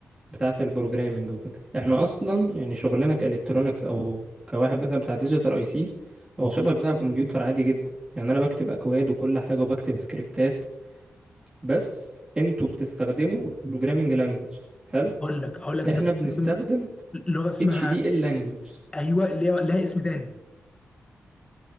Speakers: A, on the right (about 20°); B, on the left (about 20°).
A: بتاعه البروجرامنج وكده احنا اصلا يعني شغلنا كالكترونيكس او كواحد مثلا بتاع ديجيتال اي سي هو شبه بتاع كمبيوتر عادي جدا يعني انا بكتب اكواد وكل حاجه وبكتب سكريبتات بس انتوا بتستخدموا programming language حلو
B: هقول لك هقول لك انت
A: احنا
B: بتستخدم
A: بنستخدم
B: لغه اسمها
A: HDL language
B: ايوه اللي هي لها اسم تاني